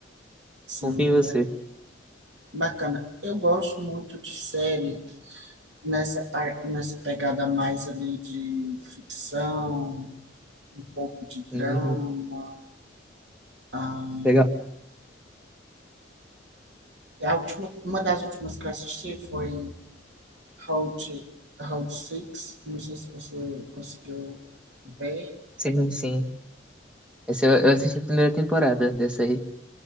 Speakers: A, on the right; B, in the centre.
A: Sim,
B: confio em você.
A: ba- bacana. Eu gosto muito de série nessa, par- nessa pegada mais ali de ficção, um pouco de drama.
B: Uhum,
A: Ah,
B: legal.
A: a última, uma das últimas que eu assisti foi Round, Round Six. Não sei se você conseguiu ver.
B: Sim, sim. Essa eu, eu assisti a primeira temporada dessa aí.